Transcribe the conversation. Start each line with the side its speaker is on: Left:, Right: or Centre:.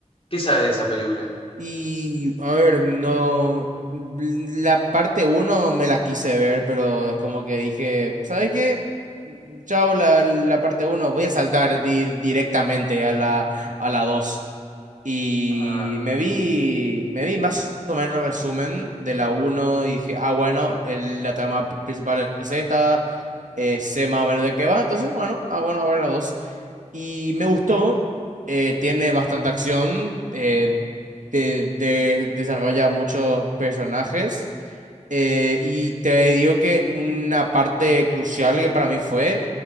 Left: ¿Qué sabes de esa película?
Right: Y a ver, no, mm, la parte uno me la quise ver, pero es como que dije, ¿sabes qué? Chao, la, la parte uno, voy a saltar di- directamente a la, a la dos. Y
Left: Ah,
Right: me vi, me vi más o menos resumen de la uno y dije, ah, bueno, el- la trama principal es esta, eh, sé más o menos de qué va, entonces, bueno, ah, bueno, a ver la 2 y me gustó, eh, tiene bastante acción, eh, te, te desarrolla muchos personajes eh, y te digo que una parte crucial que para mí fue,